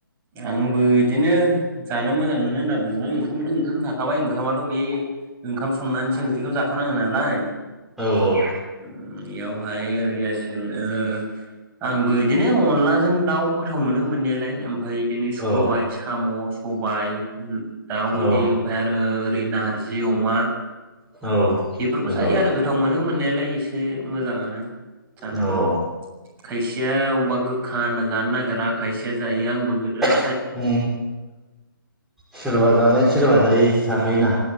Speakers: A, on the right; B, in the centre.
A: आंबो इदिनो जानो मोजां मोनो होनना बुंबा ओंखामाथ ओंखाम थाखाबाय ओंखामाथ बे ओंखाम संनानैसो ओंख्रिखौ जाखानाङो नालाय
B: औ औ
A: ओम इयावहाय ओरै जासिगोन ओ आंबो इदिनो अनला जों दाउ गोथाव मोनो मोननाया लाय उम ओमफाय इदिनो सबाय
B: औ
A: साम' सबाय दाउ
B: औ
A: इदि ओमफ्राय आरो दै नारजि अमा
B: औ
A: बेफोरखौ
B: नंगौ
A: जायो
B: नंगौ
A: आरो गोथाव मोनो मोननायालाय एसे मोजाङानो जानोबो
B: औ औ
A: खायसेया अबा खाना जानो नागिरा खायसे जायो आंबो बेराद
B: <unintelligible> सोरबा जानाय सोरबा जाय थाखायोना